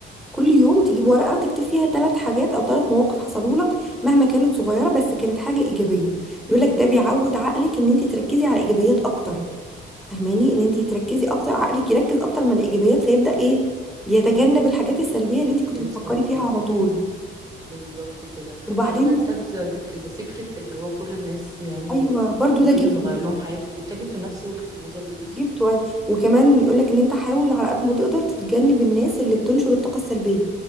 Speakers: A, in the centre; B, on the right (about 20°).
A: كل يوم تجيب ورقة وتكتب فيها ثلاث حاجات أو ثلاث مواقف حصلوا لك مهما كانت صغيرة بس كانت حاجة إيجابية بيقول لك ده بيعود عقلك إن أنت تركزي على إيجابيات أكتر فهماني إن أنت تركزي أكتر عقلك يركز أكتر من الإيجابيات فيبدأ إيه يتجنب الحاجات السلبية اللي أنت كنت
B: السلبية
A: بتفكري فيها على طول
B: بالظبط كده
A: وبعدين
B: عارفة كتاب ذا سيكريت اللي هو كل الناس يعني
A: أيوه برضو
B: بتقول
A: ده جبته
B: إن غير لهم حياتهم بيتكلم في نفس وجهة النظر دي بالظبط
A: جبته أيوة. وكمان يقول لك إن أنت حاول على قد ما تقدر تتجنب الناس اللي بتنشر الطاقة السلبية